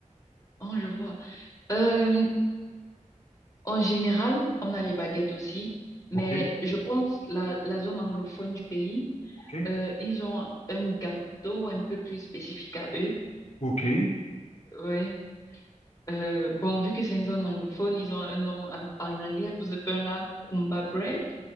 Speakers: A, on the left (about 25°); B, on the left (about 60°).
A: oh, je vois. Euh, en général, on a les baguettes aussi, mais
B: Ok,
A: je pense la, la zone anglophone du pays,
B: ok.
A: euh, ils ont un gâteau un peu plus spécifique à eux.
B: OK.
A: Ouais. Euh, bon, vu que c'est une zone anglophone, ils ont un nom en, en anglais pour ce pain-là, Kumba Bread.